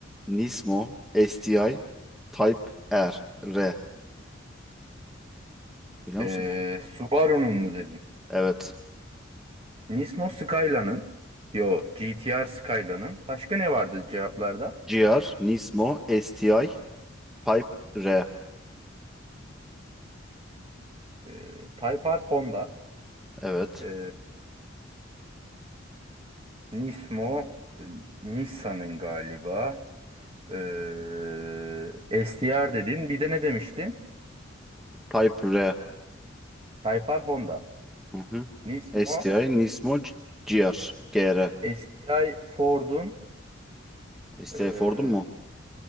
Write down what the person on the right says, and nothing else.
Ee,
Subaru'nun mu dedin?
Nismo Skylia'nın yo GTR Skylia'nın başka ne vardı cevaplarda?
Ee, Type R Honda
ee, Nismo e, Nissan'ın galiba ee, STR dedin bir de ne demiştin?
Type R Honda
Nismo
STI Ford'un
ee,